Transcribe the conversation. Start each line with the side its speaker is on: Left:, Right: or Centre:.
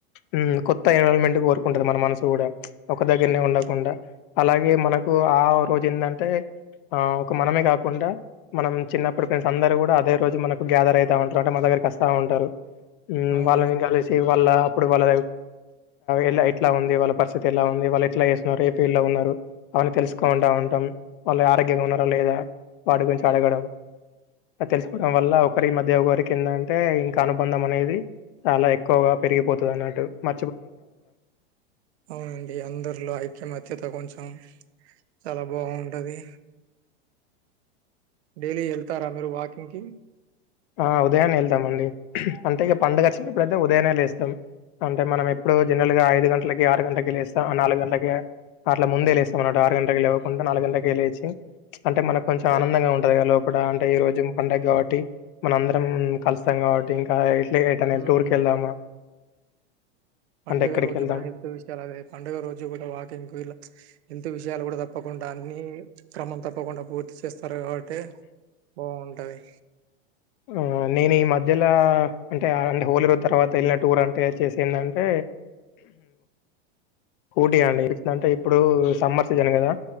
Left: హ్మ్ కొ త్త ఎన్విరాన్మెంట్ కోరుకుంటది మన మనసు కూడా ఒక దగ్గరనే ఉండకుండా
Right: ఉమ్,
Left: అలాగే మనకు ఆ రోజు ఏందంటే ఆ ఒక మనమే కాకుండా మనం చిన్నప్పుటి ఫ్రెండ్స్ అందరు కూడా అదే రోజు మనకు గ్యాదర్ అయితా ఉంటారు అంటే మన దగ్గరికి వస్తా ఉంటారు హ్మ్
Right: అవునవును
Left: వాళ్ళని కలిసి వాళ్ళ ఇప్పుడు వాళ్ళ ఎలా ఎట్లా ఉంది వాళ్ళ పరిస్థితి ఎలా ఉంది వాళ్ళు ఎట్లా వేస్తున్నారు ఏ ఫీల్డ్ లో ఉన్నారు అవన్నీ తెలుసుకుంటా ఉంటాం వాళ్ళు ఆరోగ్యంగా ఉన్నారా లేదా వాటి గురించి అడగడం అ తెలుసుకోవడం వల్ల ఒకరి మధ్య ఒకరికి ఎందంటే ఇంకా అనుబంధం అనేది చాలా ఎక్కువగా పెరిగిపోతది అన్నట్టు మ
Right: అవునండి అందరిలో ఐక్యమత్యత కొంచెం చాలా బాగుంటది డైలీ వెళ్తారా మీరు వాకింగ్ కి
Left: ఆ ఉదయాన్నే వెళ్తాం అండి అంటే ఇక పండుగ వచ్చినప్పుడుయితే ఉదయాన్నే లేస్తాం అంటే మనం ఎప్ ప్పుడో జనరల్
Right: మ్మ్
Left: గా ఐదు గంటలకి ఆరు గంటలకి లేస్ నాలుగు గంటలకి అట్లా ముందేలేస్తాం అన్నమాట ఆరు గంటకి లేవ్వకుండా నాలుగు గంటకే లేచి అంటే మనకు కొంచం
Right: చెప్ప
Left: ఆనందంగా ఉంటది గా లో ఇప్పుడ అంటే ఈ రోజు పండగ కాబట్టి మన అందరం కలుస్తాం కాబట్టి ఇంకా ఏ ఏటనే
Right: మ్మ్
Left: టూర్కి వెళ్దామా
Right: పండుగ
Left: అంటే ఎక్కడికి
Right: రోజు
Left: వెళ్దాం
Right: కూడా హెల్త్ విషయాలు అదే పండుగ రోజు కూడా వాకింగ్ కు ఇలా హెల్త్ విషయాలు కూడా తప్ తప్పకుండా అన్ని క్రమం తప్పకుండా పూర్తి చేస్తారు కాబట్ తేన బాగుంది అది
Left: ఆ నేను ఈ మధ్యలో అంటే అంటే హోలీ రోజు తర్వాత వెళ్ళిన టూర్ అంటే వచ్చేసింది ఏంది అంటే ఊటీ అండి ఎట్లాంటే ఇప్పుడు సమ్మర్ సీజన్ కదా